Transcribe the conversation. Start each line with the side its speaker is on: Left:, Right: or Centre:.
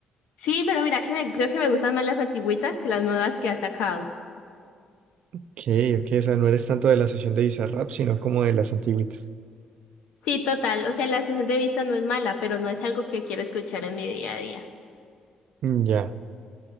Left: Sí, pero mira que me- creo que me gustan más las antigüitas que las nuevas que ha sacado.
Right: Ok, ok, o sea, no eres tanto de la sesión de Bizarrap, sino como de las antiguitas.
Left: Sí, total. O sea, la sesión de vista no es mala, pero no es algo que quiera escuchar en mi día a día.
Right: Mm, Ya.